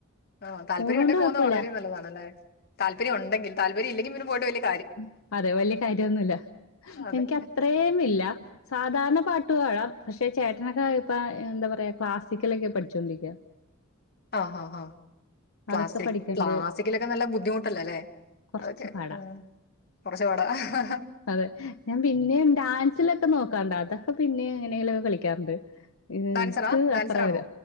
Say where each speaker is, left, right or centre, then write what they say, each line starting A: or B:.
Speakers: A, on the left; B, on the left.
A: ആഹ് താൽപര്യം
B: പോണോണ്ട്
A: ഉണ്ടെ
B: കൊഴപ്പല്ല
A: പോവുന്നത് വളരെ നല്ലതാണല്ലേ താൽപര്യം ഉണ്ടെങ്കിൽ താൽപര്യംഇല്ലെങ്കി പിന്നെ പോയിട്ട് വെൽയെ
B: ഉം അതെ വലിയ കാര്യയൊന്നുല്ല
A: അതെ
B: എനിക്ക് അത്രേംമില്ല സാധാരണ പാട്ട് പാടാം പക്ഷെ ചേട്ടനൊക്കെ ഇപ്പ എന്താ പറയാ ക്ലാസ്സിക്കലെക്കെ പഠിച്ചോണ്ടിരിക്കാ
A: ആഹ് ഹ ഹ ക്ലാസിക്
B: അതൊക്കെ പഠിക്ക്ണ്ട്
A: ക്ലാസിക്കലെക്കെ നല്ല ബുദ്ധിമുട്ടല്ലല്ലേ
B: കൊറച്ച്
A: അതൊക്കെ
B: പാടാം
A: ഉം ഒരു ചൂടാ അഹഹാ
B: അതെ ഞാൻ പിന്നെ ഡാൻസിലൊക്കെ നോക്കാണ്ട് അതൊക്കെ പിന്നെ എങ്ങനെലൊക്കെ കളിക്കാറുണ്ട് ഇത്
A: ഡാൻസറാ ഡാൻസറാണോ?
B: അത്ര വര